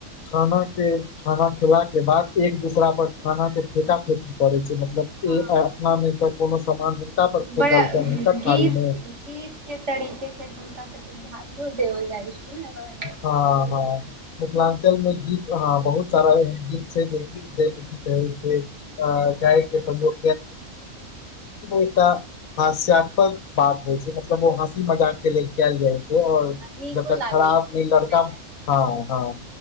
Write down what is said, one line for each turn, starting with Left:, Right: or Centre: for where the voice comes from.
Left: खाना के खाना खेला के बाद एक दोसरा पर खाना के फेका फेकी करे छै मतलब
Right: हँ
Left: ए अ अपना मे सँ कोनो सामान हुनका पर फेकलकनि
Right: बड़ा गीत
Left: हुनकर थारी मे
Right: गीत के तरीके से हुनका सबके इहो देबल जाइ छै ने बड़ा नीक
Left: हँ हँ मिथिलाञ्चलमे गीत ह बहुत सारा एहन गीत छै जे कि जाहिमे की कहे छै अ गाइर के संयोग के <unintelligible> हास्याद पद बात होइ छै मतलब ओ हँसी मजाक के लेल कैल जाइ छै जे आओर
Right: नीको
Left: जकर
Right: लागै
Left: खराब
Right: छै
Left: नइ
Right: सुनै
Left: लड़का म
Right: मे
Left: हाँ हाँ